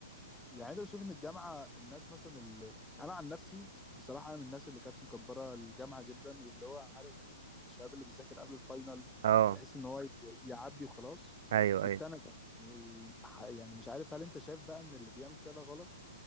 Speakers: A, in the centre; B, on the right.
A: يعني انت بتشوف ان الجامعه الناس مثلا اللي انا عن نفسي بصراحه انا من الناس اللي كانت مكبره الجامعه جدا واللي هو عارف الشباب اللي بيذاكر قبل الفاينل
B: اه
A: بحيث ان هو ي- يعدي وخلاص
B: ايوه
A: كنت
B: ايوه
A: انا ده. و- يعني مش عارف هل انت شايف بقى ان اللي بيعمل كده غلط